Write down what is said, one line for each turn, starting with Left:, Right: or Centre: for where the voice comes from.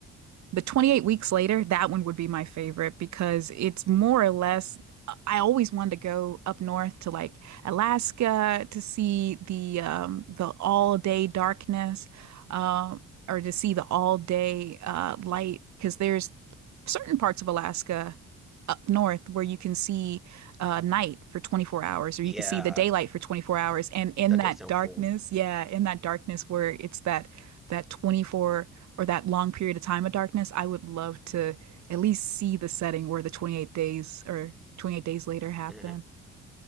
Right: The 28 weeks later, that one would be my favorite because it's more or less. I always wanted to go up north to like Alaska to see the um, the all day darkness, uh, or to see the all day uh, light because there's certain parts of Alaska up north where you can see uh, night for 24 hours or
Centre: Yeah,
Right: you can see the daylight for 24 hours and in
Centre: that
Right: that
Centre: does sound
Right: darkness
Centre: cool.
Right: yeah in that darkness where it's that that 24 or that long period of time of darkness, I would love to at least see the setting where the 28 days or 28 days later happen.
Centre: <laughs>